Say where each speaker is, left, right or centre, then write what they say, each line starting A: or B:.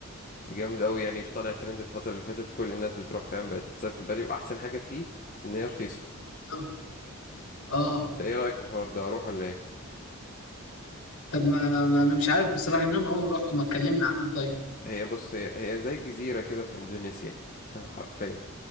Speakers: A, on the left; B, on the left.
A: جامد قوي يعني في طالع ترند الفترة اللي فاتت كل الناس بتروح فاهم بقت تصيف في بالي واحسن حاجة فيه ان هي رخيصة
B: اه آه.
A: انت ايه رأيك في الحوار ده اروح ولا ايه
B: طب ما, ما انا مش عارف بصراحة ان انا عمري ما رحت ما اتكلمنا عنه طيب
A: هي بص هي هي زي الجزيرة كده في اندونيسيا <laughs> حرفيا